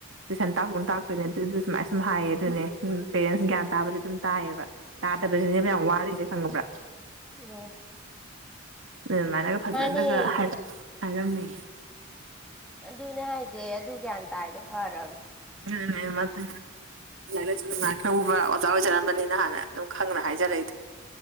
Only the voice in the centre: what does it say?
ꯑꯣ
ꯃꯥꯅꯦ
ꯑꯗꯨꯅꯦ ꯍꯥꯏꯁꯦ ꯑꯗꯨ ꯒ꯭ꯌꯥꯟ ꯇꯥꯏꯗꯣ ꯐꯔꯕꯅꯦ